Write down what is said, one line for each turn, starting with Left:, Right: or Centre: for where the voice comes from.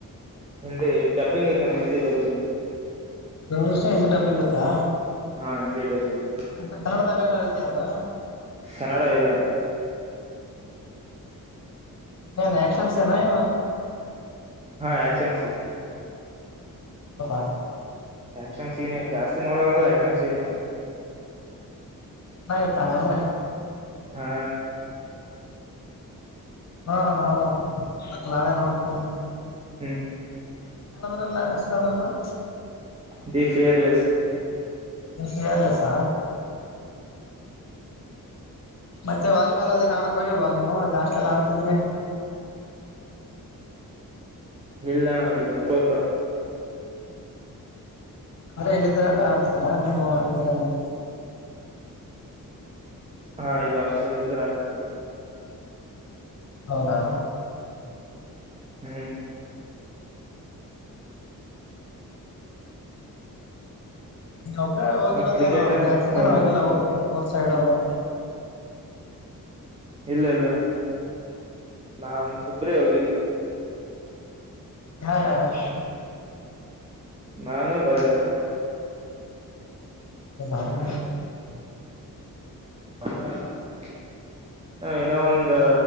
Right: ಹಿಂದೆ ಡಬ್ಬಿಂಗ್ ಇತಾಣ್ಣ ಹಿಂದೆ ಡಬ್ಬಿಂಗ್
Left: ಇಂಗ್ <unintelligible> ಷ್ ಎಂತ ಡಬ್ಬಲಿಂಗ್ತ್ತಾ
Right: ಹಾ ಹಿಂದಿ ಡಬ್ಬಿಂಗ್
Left: ಮತ್ತೆ ಕನ್ನಡದಲ್ಲಿ ಏನಾದ್ರು ಇದೆಯ ಅದು.
Right: ಕನ್ನಡ ಇಲ್ಲಣ
Left: ಏನು ಆಕ್ಷನ್ಸ ಸೀನ ಏನು
Right: ಹಾ ಯಾಕ್ಸನ್ ಸಿನ್ನಾ
Left: ಹಾಯ <unintelligible>
Right: ಆಕ್ಷನ್ ಸೀನ್ನೆ ಜಾಸ್ತಿ ನೋಡೋದಂದ್ರೆ ಆಕ್ಷನ್ ಸೀನನೇ
Left: ಹಾ ಯಪ್ಪಾಆಂಗ್ ಅಂದ್ರೆ
Right: ಹಾ
Left: ಹಾ ಅಣ ನಾವು ನಾಳೇ ನೋಡ್ಕೊಂಡ
Right: ಹ್ಮ್ ಹ್ಮ್
Left: ಏನದ್ರಲ್ಲ ಹೆಸರು ಅದ ಅಲ್ ಬಾಯ್
Right: ದಿ ಫಿಯರ್ಲೆಸ್
Left: ದಿ ಫಿಯರ್ಲೆಸ
Right: ಹ್ಮ್
Left: ಮತ್ತೆ ವಾಲಿಬಾಲ್ ಅದೇನ್ ಆಡಕ್ ಹೋಗಿಲ್ವಾ ನೀವು ಲಾಸ್ಟ್ ಎಲ್ಲ ಆಡ್ತಿದ್ರಿ
Right: ಇಲ್ಲಣ ಈಗ ಸತ <inaudible>
Left: ಅಲ್ಲೆ ಇಲ್ಲಿದ್ರ ಅ ಆಡ್ತಿದ್ರಾ ನಿಮ್ಮ ಇದ್ರಲ್ಲಿ
Right: ಹಾ ಇಲ್ಲ ಆಸ್ಟೆ ಇದ್ದರು ಆಡ್ತಿದ್ದೆ
Left: ಹೌದಾ
Right: ಹ್ಮ್
Left: ನೀ ಒಬ್ರೇ ಹೋಗಿರೋದೇನೋ
Right: ಮತ್ ಕ್ರಿಕೆಟ್
Left: ಜಾಸ್ತಿ
Right: ಹೌದ
Left: ಜನ ಹೋಗಿಲ್ಲ ಊರ್ರಿಗೆ ಊರ್ ಸೈಡ್ ಅವ್ರು
Right: ಇಲ್ಲ ಇಲ್ಲಣ್ಣ ನಾನು ಇಬ್ರೇ ಹೋಗಿದ್ದು
Left: ಯಾರ್ಯಾರು
Right: ನಾನು ಭಾರತ
Left: ಅ ಬಣ <inaudible>
Right: ಹ <inaudible> ಇನ್ನೊ ಒಂದು